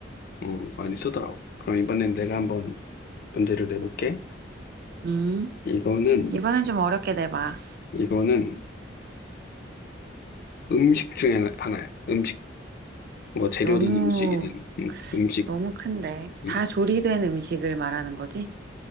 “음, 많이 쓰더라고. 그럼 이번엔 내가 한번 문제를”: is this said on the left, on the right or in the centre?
Left